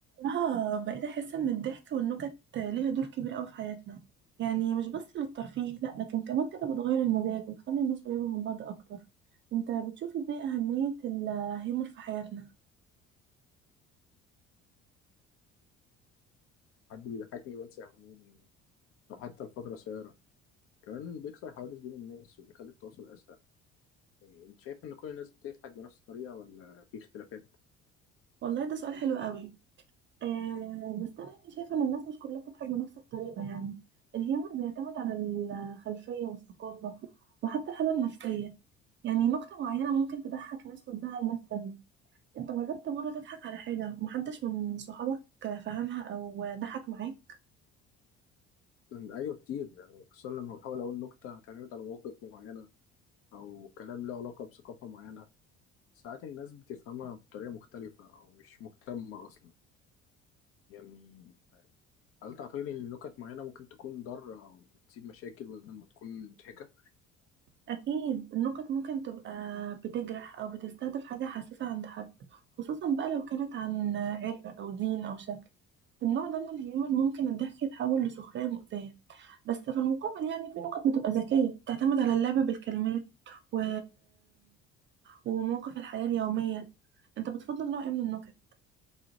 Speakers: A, on the right; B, on the left.
A: اه بقيت احس ان الضحك والنكت ليها دور كبير قوي في حياتنا يعني مش بس للترفيه لا لكن كمان كده بتغير المزاج وتخلي الناس قريبة من بعض اكتر انت بتشوف ازاي اهمية الهيومر في حياتنا
B: حد بيضحكني بنسى همومي يعني أو حتى الفترة قصيرة كمان بيكسر حواجز بين الناس وبيخلي التواصل أسهل إيه، أنت شايف إن كل الناس بتضحك بنفس الطريقة ولا في اختلافات؟
A: والله ده سؤال حلو قوي آه بس انا يعني شايفة ان الناس مش كلها بتضحك بنفس الطريقة يعني الهيومر بيعتمد على الخلفية والثقافة وحتى الحالة النفسية يعني نكتة معينة ممكن تضحك ناس وتزعل ناس تانية انت جربت مرة تضحك على حاجة محدش من صحابك فهمها او ضحك معاك
B: أمم، أيوه كتير يعني خصوصا لما بحاول أقول نكتة هتعتمد على مواقف معينة أو كلام له علاقة بثقافة معينة ساعات الناس بتفهمها بطريقة مختلفة أو مش مهتمة أصلا يعني هل تعتقد إن نكت معينة ممكن تكون ضارة أو بتسيب مشاكل بدل ما تكون مضحكة؟
A: اكيد النكت ممكن تبقى بتجرح او بتستهدف حاجة حساسة عند حد خصوصا بقى لو كانت عن عرق او دين او شكل النوع ده من الهيومر ممكن الضحك يتحول لسخرية مؤذية بس في المقابل يعني في نكت بتبقى ذكية بتعتمد على اللعب بالكلمات و... ومواقف الحياة اليومية انت بتفضل نوع ايه من النكت